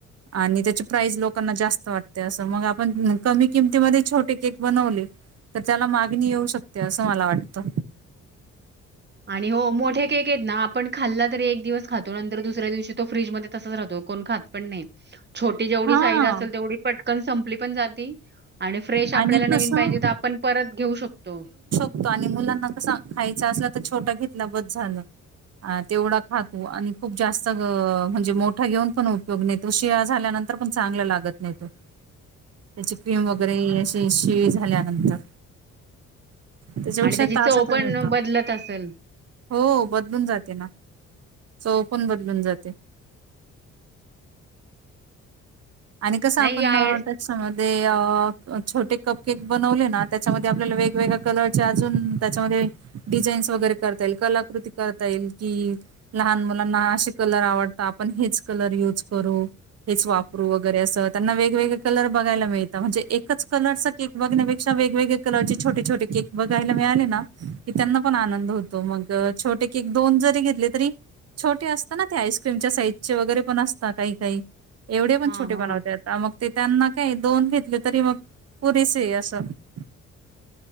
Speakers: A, on the right (about 55°); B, on the right (about 35°).
A: आणि त्याची प्राईज लोकांना जास्त वाटते असं मग आपण कमी किमतीमध्ये छोटे केक बनवले तर, त्याला मागणी येऊ शकते असं मला वाटतं.
B: आणि हो मोठे केक आहेत ना आपण खाल्ल तरी एक दिवस खातो नंतर दुसऱ्या दिवशी तो फ्रीजमध्ये तसाच रातो कोण खात पण नाही, छोटी जेवढी
A: हा
B: साईज असेल तेवढी पटकन संपली पण जाती आणि फ्रेश
A: आणि
B: आपल्याला
A: कसं
B: नवीन पाहिजे तर आपण परत घेऊ शकतो.
A: तो आणि मुलांना कसा खायचा असला तर छोटा घेतला बस झालं. अ.. तेवढा खातो आणि खूप जास्त ग.. म्हणजे मोठा घेऊन पण उपयोग न तो शिळा झाल्यानंतर पण चांगला लागत नाही तो, त्याची क्रीम वगर वगैरे अशी शिळी झाल्यानंतर त्याच्यापेक्षा
B: आणि त्याची
A: ताजा
B: चव
A: त
B: पण
A: होत
B: बदलत असेल
A: हो बदलून जाते ना, चव पण बदलून जाते. आणि कसं
B: नाही
A: आपण
B: ही आय
A: ते त्याच्यामध्ये अ.. छोटे कप केक बनवले ना त्याच्यामध्ये आपल्याला वेगवेग कलरच्या अजून त्याच्यामध्ये डिझाईन्स वगैरे करता येईल कलाकृती करता येईल कि लहान मुलांना असे कलर आवडत आपण हेच कलर यूज करू हेच वापर रु वगैरे असं त्यांना वेगवेगळे कलर बघायला मिळतात म्हणजे एकच कलरं केक बघण्यापेक्षा वेगवेगळ्या कलरचे छोटे- छोटे केक बघायला मिळाले ना की त्यांना पण आनंद होतो. त मग छोटे केक दोन जरी घेतले तरी छोटे असतात ना ते आईस्क्रीमच्या साईजचे वगैरे पण असतात काही- काही एवढे पण
B: हां
A: छोटे
B: हां
A: बनवता येता मग ते त्यांना काय दोन घेतले तरी मग पुरेसे आहे. असं एक